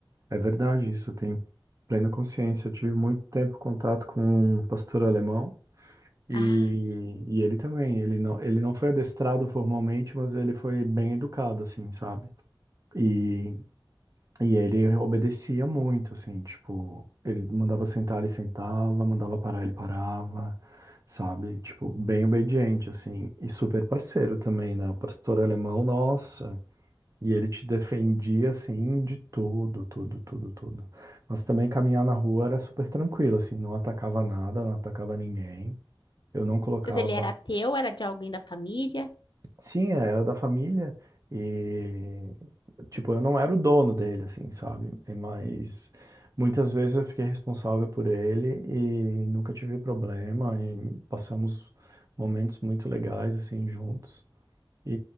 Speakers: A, on the right; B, on the left.
A: é verdade, isso eu tenho plena consciência. Eu tive muito tempo contato com um pastor alemão. E,
B: Ah, sim.
A: e ele também, ele não, ele não foi adestrado formalmente, mas ele foi bem educado, assim, sabe? E, e ele obedecia muito, assim, tipo, ele mandava sentar, ele sentava, mandava parar, ele parava, sabe? Tipo, bem obediente, assim, e super parceiro também, né? O pastor alemão, nossa! E ele te defendia, assim, de tudo, tudo, tudo, tudo. Mas também caminhar na rua era super tranquilo, assim, não atacava nada, não atacava ninguém. Eu não colocava
B: Mas ele era teu, era de alguém da família?
A: Sim, é, era da família e, tipo, eu não era o dono dele, assim, sabe? E- Mas muitas vezes eu fiquei responsável por ele e nunca tive problema e passamos momentos muito legais, assim, juntos. E